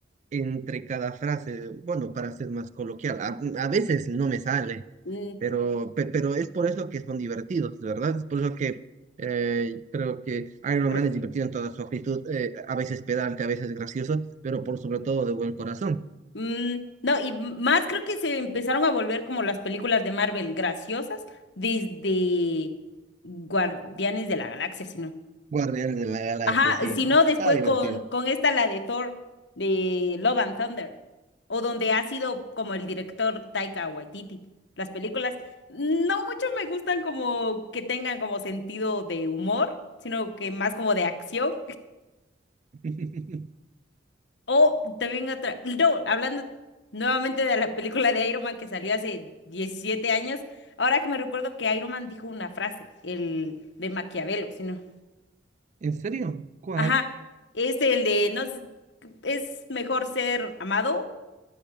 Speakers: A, on the right; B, on the left.
A: entre cada frase, bueno, para ser más coloquial. A, a veces no me sale,
B: mm,
A: pero, pe- pero es por eso que son divertidos, ¿verdad? Es por eso que eh, creo que Iron
B: pero,
A: Man es divertido en toda su actitud, eh, a veces pedante, a veces gracioso, pero por sobre todo de buen corazón.
B: mm, no, y más creo que se empezaron a volver como las películas de Marvel graciosas desde Guardianes de la Galaxia, si no.
A: Guardianes de la Galaxia,
B: Ajá,
A: sí,
B: si no, después
A: está divertido.
B: con, con esta, la de Thor, de Love and Thunder, o donde ha sido como el director Taika Waititi. Las películas no mucho me gustan como que tengan como sentido de humor, sino que más como de acción.
A: <laughs>
B: O también otra, no, hablando nuevamente de la película de Iron Man que salió hace 17 años, ahora que me recuerdo que Iron Man dijo una frase, el de Maquiavelo, si no.
A: ¿En serio? ¿Cuál?
B: Ajá, es el de, no, s- es mejor ser amado